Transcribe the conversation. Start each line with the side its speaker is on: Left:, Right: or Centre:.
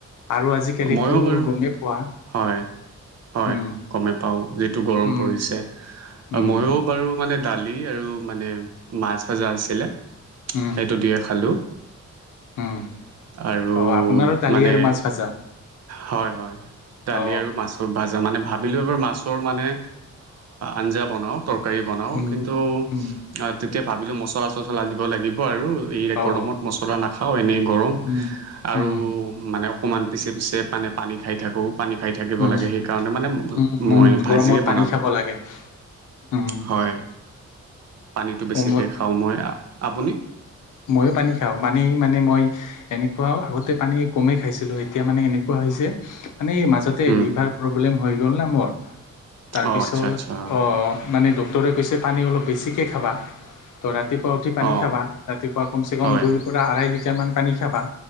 Left: আৰু আজিকালিতো
Right: মইও বাৰু
Left: গমেই পোৱা
Right: হয়, হয়।
Left: উম
Right: গমে পাওঁ যিটো গৰম
Left: উম
Right: পৰি ছে
Left: উম
Right: মইও বাৰু মানে দালি আৰু মানে মাছ ভাজা আছিলে।
Left: উম
Right: সেইটো দিয়ে খালো
Left: উম
Right: আৰু
Left: অ আপোনাৰো দালি
Right: মানে
Left: আৰু মাছ ভাজা
Right: হয় হয় দালি
Left: অ
Right: আৰু মাছৰ ভাজা মানে ভাবিলো এবাৰ মাছৰ মানে
Left: উম
Right: আঞ্জা বনাওঁ তৰকাৰী বনাওঁ
Left: উম
Right: কিন্তু
Left: উম
Right: তেতিয়া ভাবিলো মছলা চছলা দিব লাগিব আৰু এই
Left: অ
Right: গৰমত নাখাওঁ এনেই গৰম
Left: উম
Right: আৰু
Left: উম
Right: মানে অকণমান পিছে পিছে মানে পানী খাই থাকো। পানী খাই থাকিব
Left: উম
Right: লাগে সেইকাৰণে মানে
Left: উম
Right: মই
Left: উম গৰমত
Right: ভাজিয়ে
Left: পানী
Right: বনালো।
Left: খাব লাগে উম
Right: হয় পানীটো বেছিকৈ
Left: গৰমত
Right: খাওঁ মই। আপুনি?
Left: মইয়ো পানী খাওঁ পানী মানে মই এনেকুৱা আগতে পানী কমেই খাইছিলো এতিয়া মানে এনেকুৱা হৈছে মানে এই মাজ তে
Right: উম,
Left: লিভাৰ প্ৰব্লেম হৈ গ'ল না মোৰ তাৰপিছত
Right: অঁ আচ্ছা আচ্ছা
Left: অ মানে ড ক্টৰে কৈছে পানী অলপ বেছিকৈ খাবা। তো ৰাতিপুৱা উঠি পানী
Right: অঁ
Left: খাবা ৰাতিপুৱা কমচেকম
Right: হয়
Left: দুইৰ পৰা আঢ়াই লিটাৰমান পানী খাবা